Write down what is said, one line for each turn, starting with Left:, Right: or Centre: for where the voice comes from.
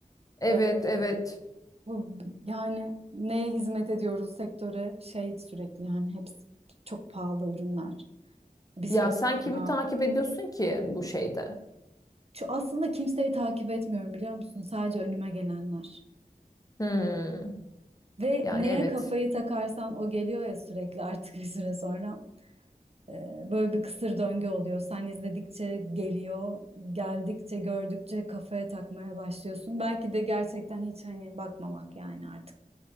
Left: Evet
Right: Ee,
Left: evet.
Right: bu b- yani neye hizmet ediyoruz sektöre şey sürekli yani hepsi çok pahalı ürünler. bir süre
Left: Ya sen kimi
Right: sonra.
Left: takip ediyorsun ki bu şeyde?
Right: Şu aslında kimseyi takip etmiyorum biliyor musun? Sadece önüme gelenler.
Left: Hmm.
Right: Ve
Left: Yani
Right: neye
Left: evet.
Right: kafayı takarsan o geliyor ya sürekli artık bir süre sonra. Ee, Böyle bir kısır döngü oluyor. Sen izledikçe geliyor, geldikçe, gördükçe kafaya takmaya başlıyorsun. Belki de gerçekten hiç hani bakmamak yani artık